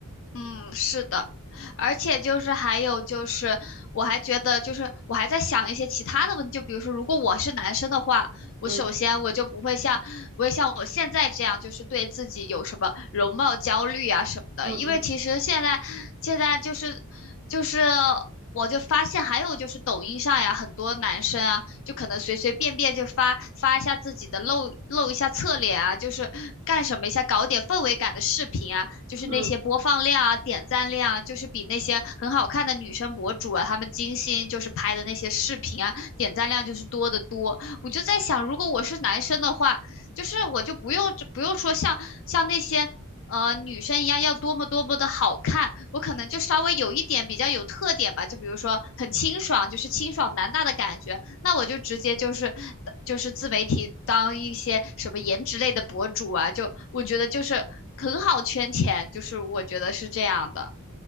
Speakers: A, on the left; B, on the right.
A: 嗯，是的，而且就是还有就是，我还觉得就是我还在想一些其他的问题，就比如说，如果我是男生的话，我首先我就不会像不会像我现在这样，
B: 嗯
A: 就是对自己有什么容貌焦虑啊什么的，
B: 嗯嗯
A: 因为其实现在现在就是就是。我就发现还有就是抖音上呀，很多男生啊，就可能随随便便就发发一下自己的露露一下侧脸啊，就是干什么一下，搞点氛围感的视频啊，就是那些播放量啊、
B: 嗯。
A: 点赞量啊，就是比那些很好看的女生博主啊，她们精心就是拍的那些视频啊，点赞量就是多得多。我就在想，如果我是男生的话，就是我就不用不用说像像那些呃女生一样要多么多么的好看，我可能就稍微有一点比较有特点吧，就比如说很清爽，就是清爽男大的感觉，那我就直接就是就是自媒体当一些什么颜值类的博主啊，就我觉得就是很好圈钱，就是我觉得是这样的。